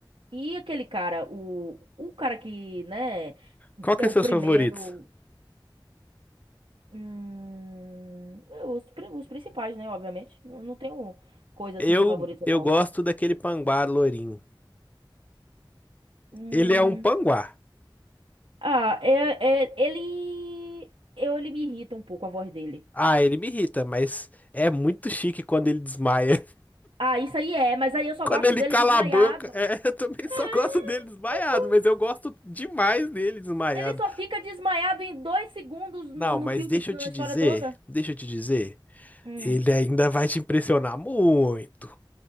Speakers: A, on the right; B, on the left.
A: E aquele cara, o, o cara que, né,
B: Qual que
A: é
B: é
A: o
B: seus
A: primeiro.
B: favoritos?
A: Hum, é, os, pri- os principais, né, obviamente. Não, não tenho coisa
B: Eu,
A: assim de favorito,
B: eu
A: não.
B: gosto daquele panguá loirinho.
A: Hum,
B: Ele é um panguá.
A: ah, é, é- ele. Eu, ele me irrita um pouco a voz dele.
B: Ah, ele me irrita, mas é muito chique quando ele desmaia.
A: Ah, isso aí é, mas aí eu só
B: Quando
A: gosto
B: ele
A: dele
B: cala
A: desmaiado.
B: a boca, é, <laughs> eu também
A: É
B: só gosto dele desmaiado,
A: isso.
B: mas eu gosto demais dele desmaiado.
A: Ele só fica desmaiado em dois segundos
B: Não,
A: no, no
B: mas
A: filme,
B: deixa eu
A: na
B: te
A: história
B: dizer,
A: toda.
B: deixa eu te dizer,
A: Hum.
B: ele ainda vai te impressionar muito.